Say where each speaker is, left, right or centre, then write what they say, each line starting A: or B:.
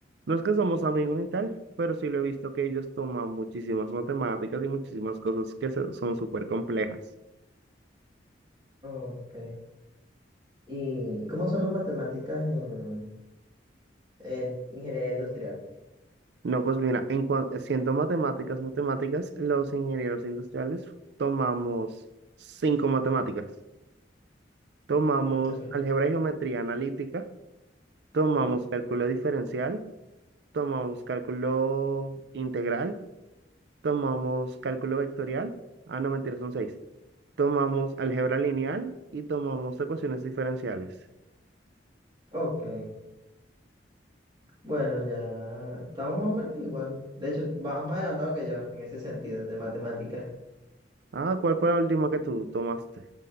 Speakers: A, on the right (about 65°); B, on the right (about 25°).
A: no es que somos amigos y tal, pero sí lo he visto que ellos toman muchísimas matemáticas y muchísimas cosas que se- son súper complejas.
B: Ok. ¿Y cómo son las matemáticas en, en ingeniería industrial?
A: No, pues mira, en cuan- siendo matemáticas, matemáticas, los ingenieros industriales tomamos cinco matemáticas. Tomamos
B: Ok.
A: álgebra y geometría analítica, tomamos
B: Ok.
A: cálculo diferencial, tomamos cálculo integral. tomamos cálculo vectorial, ah, no, mentira, son seis. Tomamos álgebra lineal y tomamos ecuaciones diferenciales.
B: Ok. Bueno, ya estamos más o menos igual. De hecho, vas más adelantado que yo en ese sentido de matemáticas.
A: Ah, ¿cuál fue la última que tú tomaste?